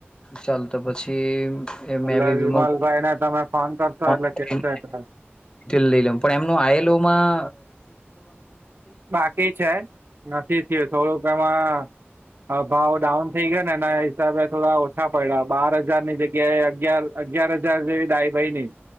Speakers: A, on the left; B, on the right.
A: ચાલ તો પછી એ
B: એટલે
A: મે બી
B: વિમલભાઈ
A: વિમલ
B: ને તમે ફોન કરશો
A: <unintelligible>
B: એટલે કેશે કદાચ
A: પણ એમનું આયેલુમાં
B: બાકી છે નથી થયું થોડુંક એમાં હા ભાવ ડાઉન થઈ ગયો ને એના હિસાબે થોડા ઓછા પડ્યા બાર હજાર ની જગ્યાએ અગિયાર અગિયાર હજાર જેવી દાઈ ભાઈ ની